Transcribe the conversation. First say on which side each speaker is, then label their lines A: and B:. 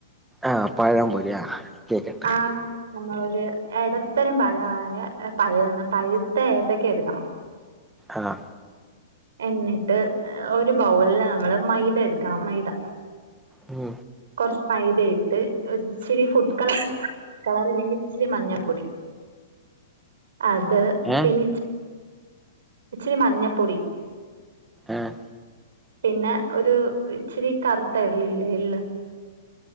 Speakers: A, in the centre; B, on the right.
A: ആഹ് പഴംപൊരി ആഹ് കേക്കട്ടെ
B: ആദ്യം നമ്മളൊരു എടത്തരംപാകയാ പഴന്ന പഴുത്തെ ഏത്തക്കഎടുക്കണം
A: ആഹ്
B: എന്നിട്ട് ഒരുബൗളില് നമ്മള് മൈദഎടുക്കണം മൈദ
A: ഉം
B: കുറച്ച്മൈദയിട്ട് ഒരിച്ചിരി ഫുഡ്കളർ കളർല്ലെങ്കിഇച്ചിരി മഞ്ഞപ്പൊടി അത്
A: ഏ
B: പിന്ന ഇച്ചിരിമഞ്ഞപ്പൊടി
A: ആഹ്
B: പിന്നെ ഒരു ഇച്ചിരികറുത്തഎള്ളില്ലേ എള്ള്